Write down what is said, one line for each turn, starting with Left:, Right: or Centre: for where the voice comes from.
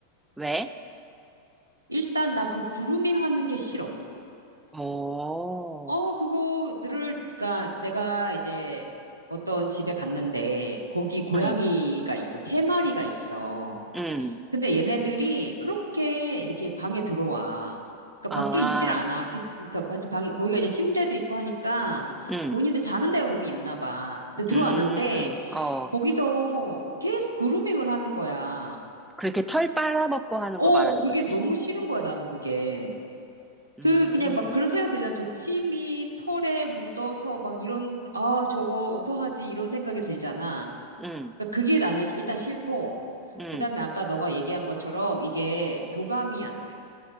Centre: 왜?
Right: 일단 나 그 그루밍 하는 게 싫어.
Centre: 오,
Right: 어, 그거 늘, 그니까 내가 이제 어떤 집에 갔는데 거기 고양이가
Centre: 응,
Right: 있어. 세 마리가 있어.
Centre: 응,
Right: 근데 얘네들이 그렇게 이렇게 방에 들어와. 그니까
Centre: 아,
Right: 밖에 있질 않아. 그- 그러니까 하여튼 방에, 거기가 이제 침대도 있고 하니까
Centre: 응,
Right: 본인들 자는 데가 거기 있나 봐. 근데 들어왔는데
Centre: 음, 어,
Right: 거기서 계속 그루밍을 하는 거야.
Centre: 그렇게 털 빨아먹고 하는
Right: 어,
Centre: 거 말하는
Right: 그게
Centre: 거지.
Right: 너무 싫은 거야, 나는 그게.
Centre: 음,
Right: 그 그냥 막 그런 생각 들잖아. 저 침이 털에 묻어서 막 이런 아 저거 어떡하지 이런 생각이 들잖아.
Centre: 응,
Right: 그러니까 그게 나는 일단 싫고
Centre: 응,
Right: 그다음에 아까 너가 얘기한 것처럼 이게 교감이 안 돼.